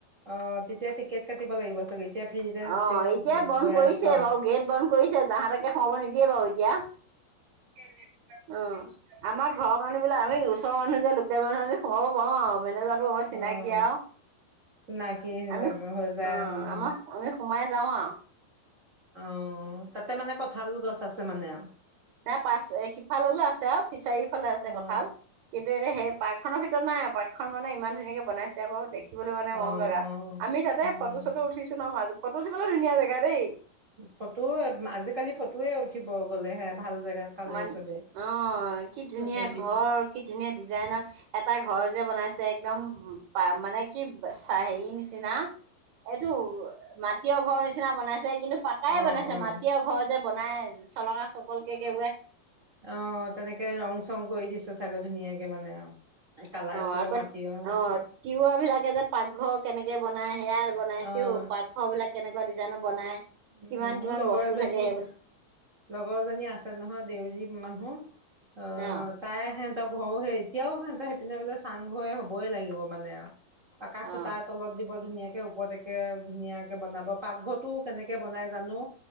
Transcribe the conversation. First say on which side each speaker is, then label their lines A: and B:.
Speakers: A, on the right (about 40°); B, on the right (about 80°).
A: আহ তেতিয়া টিকেট কাটিব লাগিব চাগে এতিয়া ফ্ৰীতে
B: অ এতিয়া বন্ধ
A: গৈ
B: কৰিছে
A: আছে
B: বাৰু গেট বন্ধ কৰিছে জাহাতাকে সোমাব নিদিয়ে বাৰু এতিয়া। অ আমাৰ ঘৰৰ মানুহিলাক আমি ওচৰ মানুহ যে লোকেল মানুহ আমি সোমাব পাৰো আৰু মেনেজা। ৰব চিনাকি
A: অ'
B: আৰু
A: চিনাকি হলাগৈ
B: আমি
A: হৈ যায়
B: অ
A: উম
B: আমাৰ আমি সোমাই যাওঁ আ
A: অ তাতে মানে কঠাল গছ আছে মানে
B: নাই পাৰ সিফাললৈ আছে আৰু পিছৰ সিফাললৈ আছে
A: অ'।
B: কঁঠাল কিন্তু এনেই সেই পাৰ্ক খনৰ ভিতৰত নাই আৰু পাৰ্ক এখন মানে ইমান ধুনীয়াকে বনাইছে আক দেখি দেখিবলৈ মানে
A: অ',
B: মৰম লগা
A: অ',
B: আমি তাতে
A: উম,
B: ফটো চটো উঠিছো ন মাজত ফটো উঠিবলৈ ধুনীয়া জেগা দেই
A: ফটো আজিকালি ফটোয়ে উ ঠিব গ'লে হে ভাল জেগাত পালে
B: মান
A: চবে।
B: অ কি ধুনীয়া
A: চবে দিব
B: ঘৰ কি ধুনীয়া ডিজাইনৰ এটা ঘৰ যে বনাই। একদম মানে কি হেৰি নিচিনা। এইটো মাটি ঘৰ নিচিনা। বনাই। কিন্তু পাকাই
A: অ',
B: বনাইছে
A: অ',
B: মাটিয় ঘৰ যে বনাই চলঙা চকল কে যে,
A: অঁ, তেনেকে ৰং চং কৰি দিছে চাগে ধুনীয়াকে মানে অ। কালাৰটোও
B: অ আকৌ
A: মাটি অ।
B: তিৱা বিলাকে যে পাকঘৰ কেনেকে বনাই। সেইয়া বনাইছোও
A: অ',
B: পাকঘৰ বিলাক কেনেকুৱা ডিজাইনৰ বনাই কিমান
A: উম, মোৰ
B: কিমান
A: লগৰ
B: বস্তু
A: এজনী
B: থাকে সেইবিলাক।
A: লগৰজনী আছে নহয় দেউৰী মানুহ। অঁ,
B: অ
A: তাইে আহে। সিহঁতৰ ঘৰ সে এতিয়াও সিহতৰ সেইপিনে বোলে চাং ঘৰ হৈ হবই লাগিব মানে আৰু। পাকা খোতা
B: অ
A: তলত দিব ধুনীয়া। ওপৰতকে ধুনীয়াকে বনাব পাকঘৰটো কেনেকে বনাই জানো